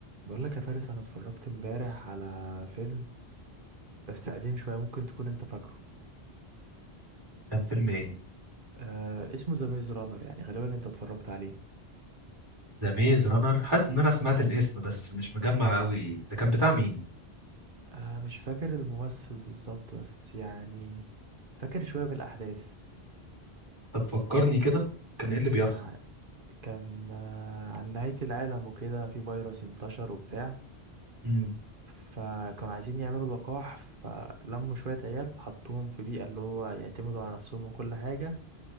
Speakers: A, on the right; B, on the right.
A: بقول لك يا فارس انا اتفرجت امبارح على فيلم بس قديم شويه ممكن تكون انت فاكره
B: كان فيلم ايه
A: آه اسمه ذا ميز رانر يعني غالبا انت اتفرجت عليه
B: ذا ميز رانر حاسس ان انا سمعت الاسم بس مش مجمع قوي ده كان بتاع مين
A: آه مش فاكر الممثل بالظبط بس يعني فاكر شويه من الاحداث
B: طب فكرني كده كان ايه اللي بيحصل
A: يعني كان آه عن نهايه العالم وكده في فيروس انتشر وبتاع
B: مم.
A: فكانوا عايزين يعملوا لقاح فلموا شويه عيال حطوهم في بيئه اللي هو يعتمدوا على نفسهم وكل حاجه